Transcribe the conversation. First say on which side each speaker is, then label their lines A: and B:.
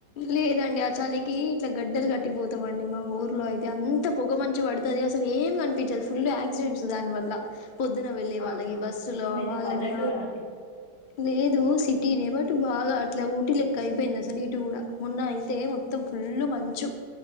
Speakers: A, on the left; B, on the left.
A: లేదండి ఆ చలికి ఇట్లా గడ్డలు కట్టిపోతామండి మా ఊరు లో అయితే అంత పొగ మంచి పడుతుంది, అసలు ఏం కనిపించదు ఫుల్ యాక్సిడెంట్స్ దాని వల్ల పొద్దున వెళ్ళే వాళ్ళకి
B: అవునా?
A: బస్సులో
B: మీది
A: వాళ్ళకి
B: పల్లెటూరా అండి?
A: లేదు సిటీనే బట్ ఇటు బాగా అట్లా ఊటీ లెక్క అయిపోయిందిసలు ఇటు కూడా మొన్న అయితే మొత్తం ఫుల్ మంచు